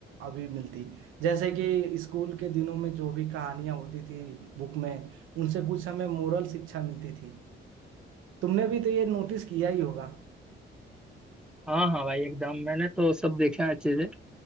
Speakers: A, on the right; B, in the centre.
A: अभी मिलती जैसे कि स्कूल के दिनों में जो भी कहानियां होती थी बुक में उनसे कुछ हमें मोरल शिक्षा मिलती थी तुमने भी तो ये नोटिस किया ही होगा
B: हाँ हाँ भाई एकदम मैंने तो सब देखे हैं अच्छे से